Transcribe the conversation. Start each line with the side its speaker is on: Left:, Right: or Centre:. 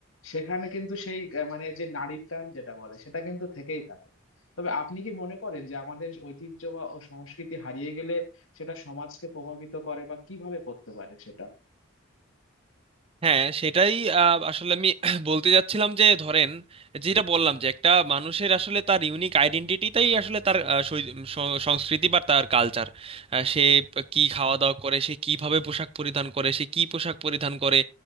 Left: সেখানে কিন্তু সেই আহ, মানে যে নারীর টান যেটা বলে সেটা কিন্তু থেকেই থাকে তবে আপনি কি মনে করেন যে আমাদের ঐতিহ্য বা ও সংস্কৃতি হারিয়ে গেলে সেটা সমাজকে প্রভাবিত করে বা কিভাবে করতে পারে সেটা
Right: হ্যাঁ সেটাই আহ, আসলে আমি <clears throat> বলতে যাচ্ছিলাম যে ধরেন যেটা বললাম যে একটা মানুষের আসলে তার ইউনিক আইডেন্টিটিটাই আসলে তার আহ, সৈ- স- সংস্কৃতি বা তার কালচার সে কি খাওয়া দাওয়া করে সে কিভাবে পোশাক পরিধান করে সে কি পোশাক পরিধান করে